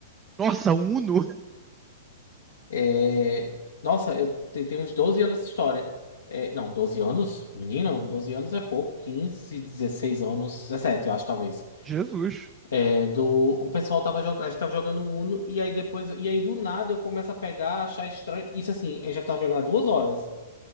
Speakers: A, on the right; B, on the left.
A: Nossa, Uno.
B: É, Nossa, eu te- tenho uns 12 anos essa história. É, Não, 12 anos? Menino, Doze anos é pouco. 15, 16 anos, 17, eu acho, talvez.
A: <laughs> Jesus.
B: É, do... O pessoal tava jogando, a gente tava jogando Uno, e aí depois, e aí do nada eu começo a pegar, achar estranho. Isso assim, eu já tava jogando há duas horas.